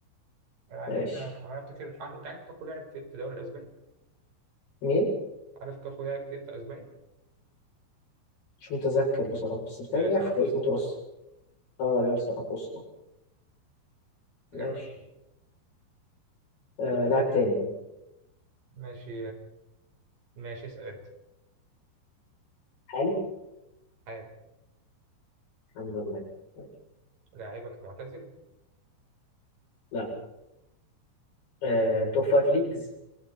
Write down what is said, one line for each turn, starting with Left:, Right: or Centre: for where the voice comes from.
Right: بعدين
Left: ماشي
Right: انا أنا افتكر آه، انت عارف كافو لعب في في الدوري الاسباني
Left: مين؟
Right: عارف كافو لعب فين في اسبانيا؟
Left: مش متذكر بصراحة بس بتهيألي
Right: في
Left: لعب
Right: ساراكوستا
Left: في فريق متوسط اه ريال سيراكوسا ماشي
Right: ايه رايك فيه؟
Left: آه لاعب تاني بقى
Right: ماشي ماشي اسال انت
Left: حالي
Right: عادي
Left: الحمد لله ماشي.
Right: لاعبك معتزل
Left: لا آه توب فايف ليجز